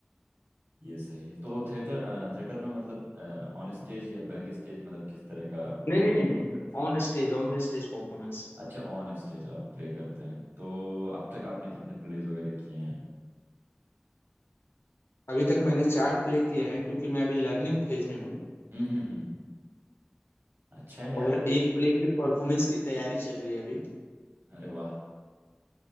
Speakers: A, on the right; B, on the left.
A: ये सही है तो थिएटर थिएटर में मतलब ऑन स्टेज या बैक स्टेज मतलब किस तरह का
B: नहीं
A: रोल
B: नहीं नहीं
A: करते
B: नहीं
A: हैं
B: On stage on the stage performance
A: अच्छा ऑन स्टेज आप प्ले करते हैं तो अब तक आपने कितने प्लेज वगैरह किए हैं
B: अभी तक मैंने चार प्ले किए हैं क्योंकि मैं अभी लर्निंग फेज में हूँ
A: हम्म हम्म हम्म हम्म। अच्छा है यार
B: और एक प्ले की परफॉर्मेंस की तैयारी चल रही है अभी
A: अरे वाह